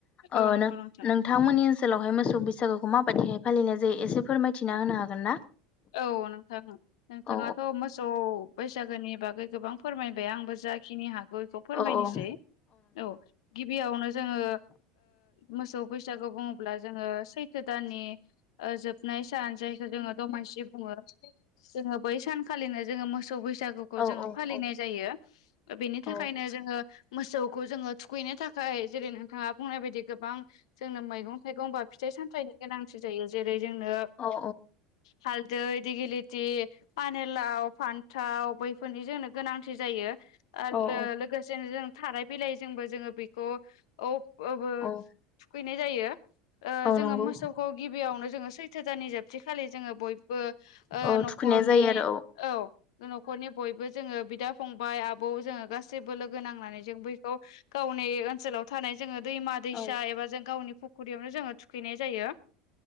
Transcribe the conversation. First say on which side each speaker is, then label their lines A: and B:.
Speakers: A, on the left; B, on the left.
A: ओ
B: औ नंगौ
A: नों
B: नोंथां
A: नोंथांमोननि ओनसोलावहाय मोसौ बैसागुखौ माबायदिहाय फालिनाय जायो एसे फोरमायथिना होनो हागोन ना?
B: औ नोंथां नोंथाङाथ
A: औ
B: मोसौ बैसागोनि बागै गोबां फोरमायबाय आंबो ज जाखिनि हागौ बेखौ फोरमायनोसै।
A: औ औ
B: औ गिबियावनो जोङो मोसौ बैसागु बुङो ब्ला जोङो सैथो दाननि जोबनाय सान जायखौ जोङो दमासि बुङो जोङो बै सानखालिनो जोङो मोसौ बै सागुखौ
A: औ
B: जोङो
A: औ
B: फालिनाय
A: औ
B: जायो बेनि थाखायनो
A: औ
B: जोङो मोसौखौ जोङो थुखैनो थाखाय जेरै नोंथाङा बुंनाय बायदि गोबां जोंनो मैगं बा फिथाइ गंबा फिथाइ सामथाइनि गोनांथि जायो जेरै जोंनो
A: औ
B: हालदै, दिगिलिटि, पानेलाव, फान्थाव बैफोरनि जोंनो गोनांथि जायो। ओ
A: औ औ
B: लोगोसेनो जों थाराय बिलायजोंबो जोङो बेखौ औ <unintelligible>
A: औ
B: थुखैनाय जायो। ओ
A: औ
B: जोङो
A: नंगौ
B: मोसौखौ गिबियावनो जोङो सैथो दानि जोबथिखालि जोङो बय बो ओ
A: औ
B: न'खरनि
A: थुखैनाय जायो आरो
B: औ न'खरनि बयबो जोङो बिदा फंबाय आबौ जोङो गासैबो लोगो नांनानै जों बखौ गावनो ओनसोलाव थानाय जोङो दैमा दैसा
A: औ
B: एबा जों गावनि फुख्रियावनो जोङो थुखैनाय जायो